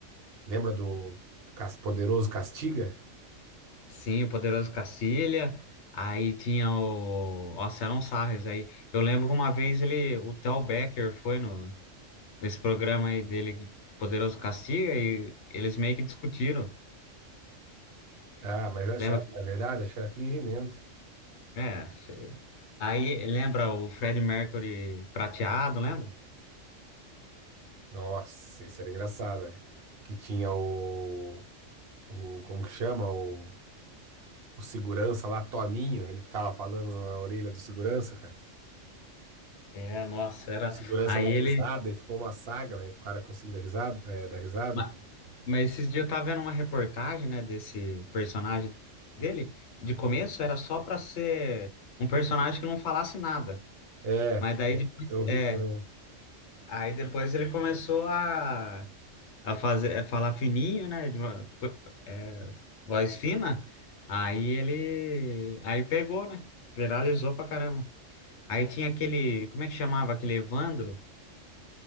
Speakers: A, on the right; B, on the left.
A: Lembra do Cas- Poderoso Castiga?
B: Sim, o Poderoso Cacilha. Aí tinha o. Nossa, eram sarres aí. Eu lembro que uma vez ele, o Tel Becker foi no, nesse programa aí dele, Poderoso Castiga, e eles meio que discutiram.
A: Ah, mas essa
B: Lembra que.
A: é verdade, acho que era fingimento.
B: É, sei. Aí lembra o Fred Mercury prateado, lembra?
A: Nossa, isso era engraçado, velho. Que tinha o, o. Como que chama? O, o segurança lá, Toninho. Ele ficava falando na orelha do segurança, cara.
B: É, nossa, era.
A: O segurança
B: Aí
A: dá risada
B: ele.
A: e ficou uma saga, velho, pro cara conseguir dar risada, é, dar risada.
B: ma- Mas esses dias eu tava vendo uma reportagem, né, desse personagem dele, que de começo era só pra ser um personagem que não falasse nada.
A: É,
B: Mas daí depois,
A: eu vi
B: é,
A: também.
B: aí depois ele começou a a fazer, a falar fininho, né? de vo- co- é, voz fina. Aí ele, aí pegou, né? Viralizou pra caramba. Aí tinha aquele, como é que chamava aquele Evandro?